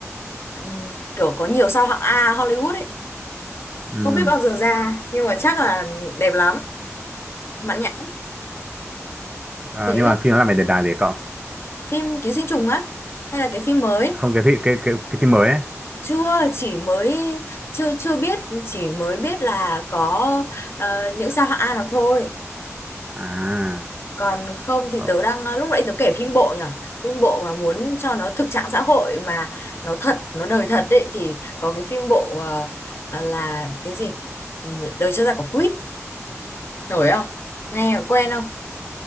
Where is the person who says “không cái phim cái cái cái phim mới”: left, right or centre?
Right